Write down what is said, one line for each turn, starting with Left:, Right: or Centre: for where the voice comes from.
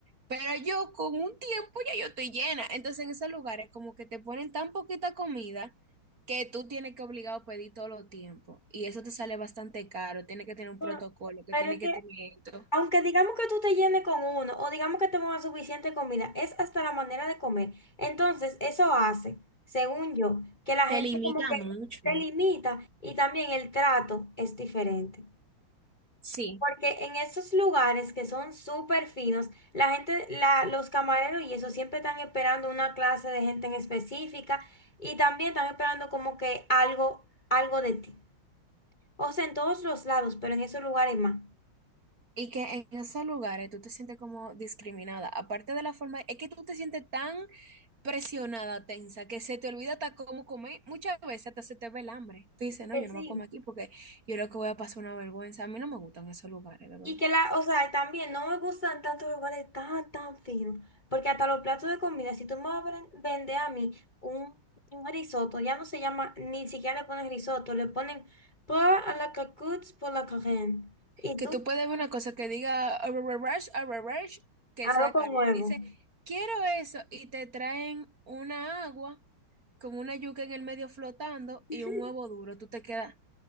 Right: Pero yo con un tiempo ya yo estoy llena. Entonces en esos lugares como que te ponen tan poquita comida que tú tienes que obligado a pedir todo los tiempo. Y eso te sale bastante caro. Tienes que tener un
Left: Bueno,
Right: protocolo, que
Left: pero
Right: tiene
Left: es
Right: que
Left: que
Right: tener esto.
Left: Aunque digamos que tú te llenes con uno o digamos que te pongas suficiente comida, es hasta la manera de comer. Entonces, eso hace, según yo, que la
Right: Te
Left: gente
Right: limita
Left: como que
Right: mucho.
Left: se limita y también el trato es diferente.
Right: Sí.
Left: Porque en esos lugares que son súper finos, la gente, la, los camareros y eso siempre están esperando una clase de gente en específica y también están esperando como que algo, algo de ti. O sea, en todos los lados, pero en esos lugares más.
Right: Y que en esos lugares tú te sientes como discriminada. Aparte de la forma, es que tú te sientes tan presionada, tensa, que se te olvida hasta cómo comer. Muchas veces hasta se te ve el hambre. Tú dices, no,
Left: Que
Right: yo
Left: sí.
Right: no me como aquí porque yo lo que voy a pasar una vergüenza. A mí no me gustan esos lugares, de verdad.
Left: Y que la, o sea, también no me gustan tantos lugares tan, tan finos, porque hasta los platos de comida, si tú me vas a ven- vender a mí un, un risotto, ya no se llama, ni siquiera le ponen risotto, le ponen por a la cocotte por la carène, y
Right: Que
Left: tú
Right: tú puedes ver una cosa que diga, "Arrararash, arrararash", que
Left: arroz
Right: sea
Left: con
Right: caro.
Left: huevo.
Right: Tú dices, quiero eso. Y te traen una agua con una yuca en el medio flotando y
Left: <laughs>
Right: un huevo duro. Tú te quedas.